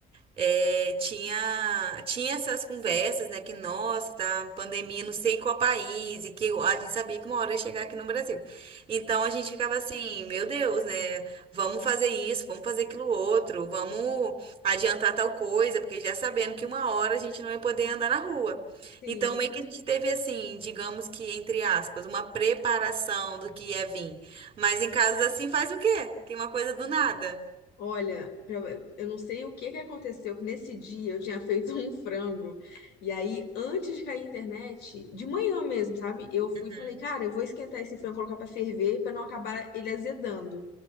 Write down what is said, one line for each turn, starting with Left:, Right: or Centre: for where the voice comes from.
Right: é, tinha, tinha essas conversas, né? Que, nossa, tá pandemia, não sei qual país, e que a gente sabia que uma hora ia chegar aqui no Brasil. Então a gente ficava assim, meu Deus, né? Vamos fazer isso, vamos fazer aquilo outro, vamos adiantar tal coisa, porque já sabendo que uma hora a gente não ia poder andar na rua.
Left: Sim.
Right: Então, meio que a gente teve assim, digamos que, entre aspas, uma preparação do que ia vir. Mas em casos assim faz o quê? Tem uma coisa do nada.
Left: Olha, pra- eu não sei o que que aconteceu, que nesse dia eu tinha feito um frango. E aí, antes de cair a internet, de manhã mesmo, sabe? Eu fui
Right: Uhum.
Left: e falei, cara, eu vou esquentar esse frango, colocar pra ferver, pra não acabar ele azedando.